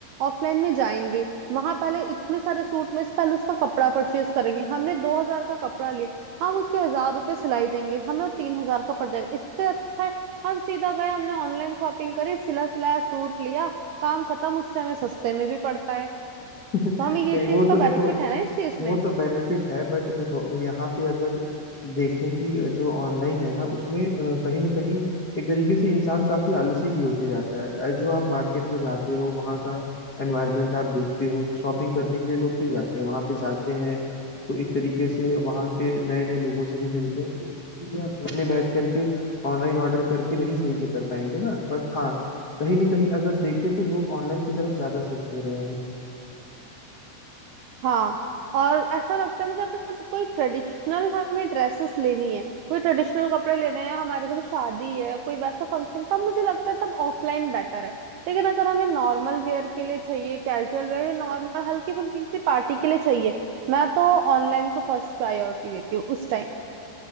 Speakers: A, on the right; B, on the left.
A: ऑफलाइन में जाएंगे वहां पहले इतने सारे सूट में से पहले उसका कपड़ा परचेज करेंगे हमने दो हजार का कपड़ा लिया हम उसके हजार रुपए सिलाई देंगे हमें वो तीन हजार का पड़ जाएगा इससे अच्छा है हम सीधा गए हमने ऑनलाइन शॉपिंग करी सिला सिलाया सूट लिया काम खत्म उससे हमें सस्ते में भी पड़ता है
B: <laughs>
A: तो हमें ये
B: नहीं
A: चीज
B: वो तो
A: का
B: देखो
A: बेनिफिट है ना इस चीज
B: वो
A: में
B: तो बेनिफिट है बट देखो यहाँ पे अगर देखें कि जो ऑनलाइन है ना उसमें अ, कहीं ना कहीं एक तरीके से इंसान काफी आलसी भी होते जाता है अ, जो आप मार्केट में जाते हो वहाँ का एनवायरनमेंट आप देखते हो जो शॉपिंग करने के लिए लोग क्यों जाते हैं वहाँ पे जाते हैं तो एक तरीके से वहाँ पे नए नए लोगों से भी मिलते हैं तो इसलिए आप घर में बैठ करके ऑनलाइन ऑर्डर करके नहीं सही से कर पाएंगे ना बट हाँ कहीं ना कहीं अगर देखें तो लोग ऑनलाइन की तरफ ज्यादा शिफ्ट हो रहे हैं
A: हाँ और ऐसा लगता है मुझे अगर कोई ट्रेडिशनल हमें ड्रेसेस लेनी है कोई ट्रेडिशनल कपड़े लेने हैं हमारे घर शादी है कोई वैसा फंक्शन तब मुझे लगता है तब ऑफलाइन बेटर है लेकिन अगर हमें नॉर्मल वेयर के लिए चाहिए कैजुअल वेयर या नॉर्मल हल्की फुल्की किसी पार्टी के लिए चाहिए मैं तो ऑनलाइन को फर्स्ट प्रायोरिटी देती हूँ उस टाइम पे